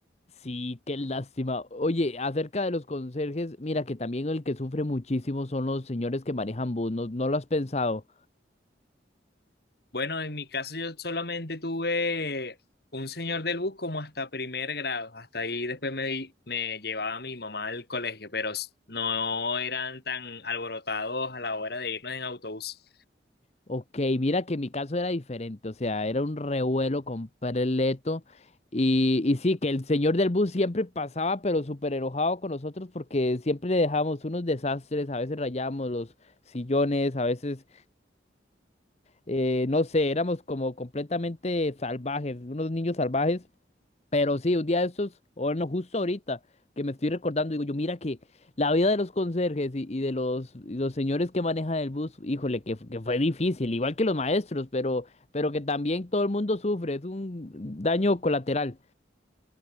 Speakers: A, on the left; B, on the left.
A: Sí, qué lástima. Oye, acerca de los conserjes, mira que también el que sufre muchísimo son los señores que manejan bus, ¿no, no lo has pensado?
B: Bueno, en mi caso yo solamente tuve un señor del bus como hasta primer grado, hasta ahí después me, me llevaba mi mamá al colegio, pero s- no eran tan alborotados a la hora de irnos en autobús.
A: Ok, mira que mi caso era diferente, o sea, era un revuelo completo. Y, y sí, que el señor del bus siempre pasaba, pero súper enojado con nosotros porque siempre le dejábamos unos desastres, a veces rayábamos los sillones, a veces, eh, no sé, éramos como completamente salvajes, unos niños salvajes. Pero sí, un día de estos, o bueno, justo ahorita que me estoy recordando, digo yo, mira que la vida de los conserjes y, y de los, y los señores que manejan el bus, híjole, que, que fue difícil, igual que los maestros, pero, pero que también todo el mundo sufre, es un daño colateral.